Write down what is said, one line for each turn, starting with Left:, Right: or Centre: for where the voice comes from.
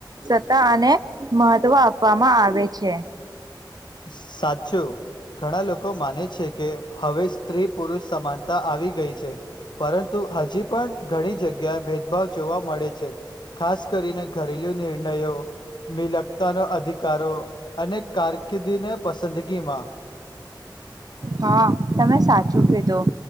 Right: સત્તા અને મહત્વ આપવામાં આવે છે
Left: સાચું ઘણા લોકો માને છે કે હવે સ્ત્રી પુરુષ સમાનતા આવી ગઈ છે પરંતુ હજી પણ ઘણી જગ્યા ભેદભાવ જોવા મળે છે ખાસ કરીને ઘરેલુ નિર્ણયો મિલક તાનો અધિકારો અને કાર કીધી ને પસંદગી માં
Right: હા તમે સાચું કીધું.